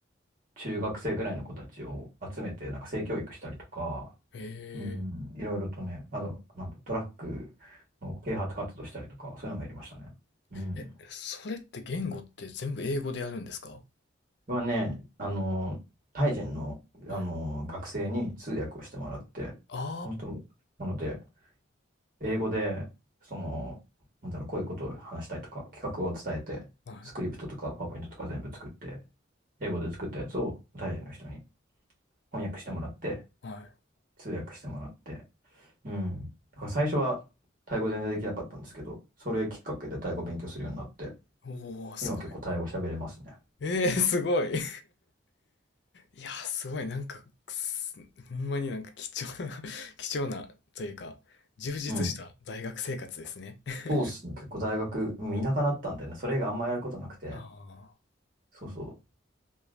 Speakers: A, on the right (about 45°); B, on the left (about 60°).
A: 中学生ぐらいの子たちを集めて、なんか性教育したりとか、
B: ー、え
A: うん、いろいろとね、あと、なんだ、ドラッグの啓発活動したりとか、そういうのもやりましたね。うん。
B: ー、え、それって言語って全部英語でやるんですか
A: はね、あの、タイ人の、
B: はい。
A: あの、学生に通訳をしてもらって、
B: あ
A: 本当、なので、英語で、その、なんだろう、こういうことを話したいとか、企画を伝えて、
B: あ、はい、
A: スクリプトとか、パワーポイントとか全部作って、英語で作ったやつをタイ人の人に翻訳してもらって、
B: はい。
A: 通訳してもらって、うん。だから最初はタイ語全然できなかったんですけど、それきっかけでタイ語勉強するようになって、
B: おー、すごい。
A: 今結構タイ語喋れますね。
B: ええーすごい。<laughs> いやー、すごい、なんか、すほんまになんか貴重な <laughs> 貴重なというか、充実した大学生活ですね。
A: うん。
B: <laughs>
A: そうっすね。結構大学、うん田舎だったんでね、それ以外あんまやることなくて、
B: あ
A: そうそ